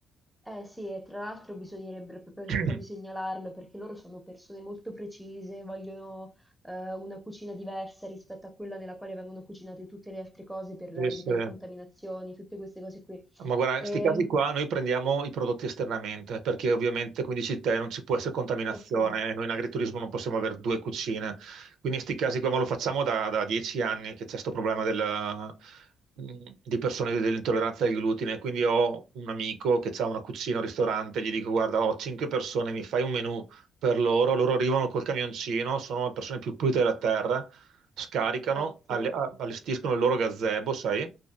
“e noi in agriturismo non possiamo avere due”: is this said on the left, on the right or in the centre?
Right